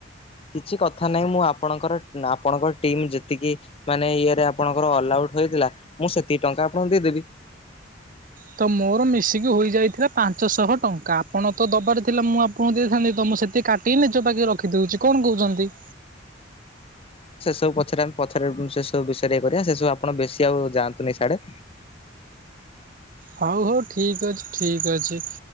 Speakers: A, on the left; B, on the right.
A: କିଛି କଥା ନାହିଁ ମୁଁ ଆପଣଙ୍କର ଆପଣଙ୍କ ଟିମ୍ ଯେତିକି ମାନେ ଇଏରେ ଆପଣଙ୍କର ଅଲଉ ଉଟ ହେଇଥିଲା ମୁଁ ସେତିକି ଟଙ୍କା ଆପଣଙ୍କୁ ଦେଇଦେବି।
B: ତ ମୋର ମିଶିକି ହୋଇଯାଇଥିଲା ପାଞ୍ଚଶହ ଟଙ୍କା ଆପଣ ତ ଦବାର ଥିଲା ମୁଁ ଆପଣଙ୍କୁ ଦେଇଥାନ୍ତି ତମ ମୁଁ ସେତିକି କାଟିି ନିଜ ପାଖ ରଖିଦଉଛି କଣ କହୁଛନ୍ତି?
A: ସବୁ ପଛରେ ଆମେ ପଛରେ ସେ ସବୁ ବିଷୟରେ ଇ କରିବା ସେ ସବୁ ଆପଣ ବେଶୀ ଆଉ ଯାଆନ୍ତୁନି ସିଆଡ଼େ।
B: ହଉ ହଉ ଠିକ ଅଛି ଠିକ ଅଛି।